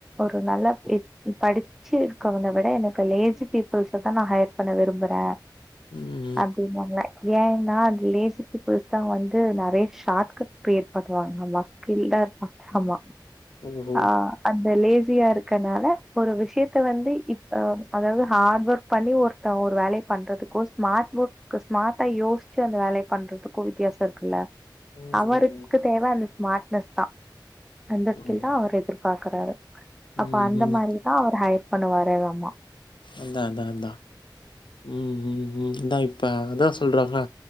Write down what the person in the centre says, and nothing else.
ஒரு நல்ல எ- படிச்சு இருக்கவனை விட எனக்கு லேசி பீப்புள்ஸ தா நா ஹையர் பண்ண விரும்புறே
அப்டின்னா ஏன்னா அது லேசித்து பெருசு தா வந்து நெறைய ஷார்ட கட் ப்ப ஏற்காடு வாங்க மா சில்லா இருக்கு ஆமா
ஆ அந்த லேசியா இருக்கனால ஒரு விஷயத்த வந்து இப்ப அதாவது ஹார்ட் ஒர்க் பண்ணி ஒருத்த ஒரு வேலய பண்றதுக்கு ஸ்மார்ட் ஒர்க் க்கு ஸ்மார்ட்டா யோஸ்ச்சு அந்த வேலய பண்றதுக்கு வித்தியாச இருக்குல்ல
அவருக்கு
தேவ அந்த ஸ்மார்ட்னஸ்தா அந்த ஸ்கில்தா
அவர் எதிர் பாக்குறாரு அப்ப
அந்த
மாரிதா அவர் ஹயர் பண்ணுவாரே வாம்மா